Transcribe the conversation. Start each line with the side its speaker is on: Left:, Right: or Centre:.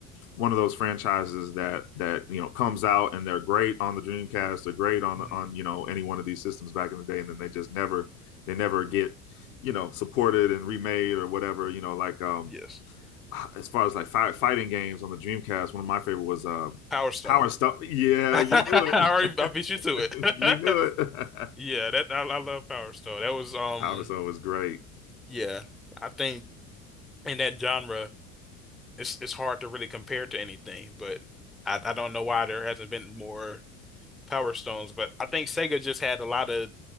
Left: one of those franchises that that you know comes out and they're great on the Dreamcast, they're great on
Centre: hmm
Left: on you know any one of these systems back in the day, and then they just never, they never get, you know, supported and remade or whatever. You know, like um,
Centre: Yes.
Left: uh, as far as like fi- fighting games on the Dreamcast, one of my favorite was uh,
Centre: Power Stone.
Left: Power Stone.
Centre: <laughs>
Left: Yeah,
Centre: I
Left: you knew
Centre: already
Left: it.
Centre: I beat you to it.
Left: <laughs> you knew
Centre: <laughs>
Left: it. <laughs>
Centre: Yeah, that I, I love Power Stone. That was um
Left: Power Stone was great.
Centre: yeah. I think in that genre it's it's hard to really compare to anything, but I, I don't know why there hasn't been more Power Stones, but I think Sega just had a lot of